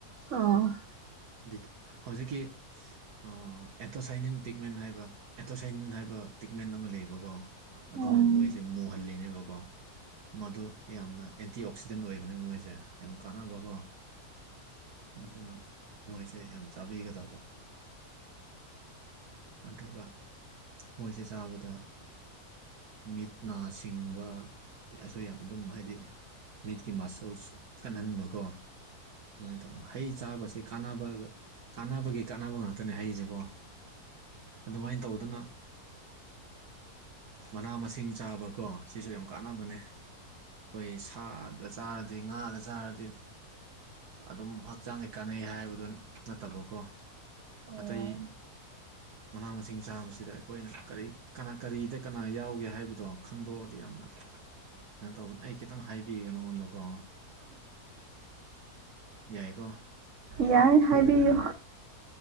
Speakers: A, on the right; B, on the right.
A: ꯑ
B: ꯕꯤ ꯍꯧꯖꯤꯛꯀꯤ ꯑꯦꯟꯊꯣꯁꯥꯏꯅꯤꯟ ꯄꯤꯛꯃꯦꯟ ꯍꯥꯏꯕ ꯑꯦꯟꯊꯣꯁꯥꯏꯅꯤꯟ ꯍꯥꯏꯕ ꯇꯤꯛꯃꯦꯟ ꯑꯃ ꯂꯩꯌꯦꯕꯀꯣ
A: ꯎꯝ
B: ꯑꯗꯨꯅ ꯃꯣꯏꯁꯦ ꯃꯨꯍꯜꯂꯤꯅꯦꯕꯀꯣ ꯃꯗꯨ ꯌꯥꯝꯅ ꯑꯦꯟꯇꯤ ꯑꯣꯛꯁꯤꯗꯦꯟ ꯑꯣꯏꯕꯅꯦ ꯃꯣꯏꯁꯦ ꯌꯥꯝ ꯀꯥꯟꯅꯕꯀꯣ ꯑꯗꯨꯅ ꯃꯣꯏꯁꯦ ꯌꯥꯝ ꯆꯥꯕꯤꯒ ꯇꯕ ꯑꯗꯨꯒ ꯃꯣꯏꯁꯦ ꯆꯥꯕꯗ ꯃꯤꯠ ꯅꯥꯁꯤ ꯆꯤꯡꯕ ꯑꯁꯨ ꯌꯥꯝ ꯑꯗꯨꯝ ꯍꯥꯏꯗꯤ ꯃꯤꯠꯀꯤ ꯃꯁꯜꯁ ꯀꯟꯍꯟꯕꯀꯣ ꯑꯗꯨꯃꯥꯏ ꯇꯧ ꯍꯩ ꯆꯥꯕꯁꯤ ꯀꯥꯟꯅꯕꯒ ꯀꯥꯟꯅꯕꯒꯤ ꯀꯥꯟꯅꯕ ꯉꯥꯛꯇꯅꯦ ꯍꯩꯁꯦꯀꯣ ꯑꯗꯨꯃꯥꯏꯅ ꯇꯧꯗꯅ ꯃꯅꯥ ꯃꯁꯤꯡ ꯆꯥꯕꯀꯣ ꯁꯤꯁꯨ ꯌꯥꯝ ꯀꯥꯟꯅꯕꯅꯦ ꯑꯩꯈꯣꯏ ꯁꯥꯗ ꯆꯥꯔꯗꯤ ꯉꯥꯗ ꯆꯥꯔꯗꯤ ꯑꯗꯨꯝ ꯍꯛꯆꯥꯡꯒꯤ ꯀꯥꯟꯅꯩ ꯍꯥꯏꯕꯗꯨ ꯅꯠꯇꯕꯀꯣ
A: ꯑꯣ
B: ꯑꯇꯩ ꯃꯅꯥ ꯃꯁꯤꯡ ꯆꯥꯕꯁꯤꯗ ꯑꯩꯈꯣ ꯑꯩꯈꯣꯏꯅ ꯀꯔꯤ ꯀꯅꯥ ꯀꯔꯤꯗ ꯀꯅꯥ ꯌꯥꯎꯒꯦ ꯍꯥꯏꯕꯗꯣ ꯈꯪꯗꯣꯛꯑꯗꯤ ꯌꯥꯝꯅ ꯀꯩꯅꯣ ꯇꯧꯕ ꯑꯩ ꯈꯤꯇꯪ ꯍꯥꯏꯕꯤꯒꯦ ꯅꯉꯣꯟꯗꯀꯣ ꯌꯥꯏꯀꯣ
A: ꯌꯥꯏ ꯍꯥꯏꯕꯤꯌꯨ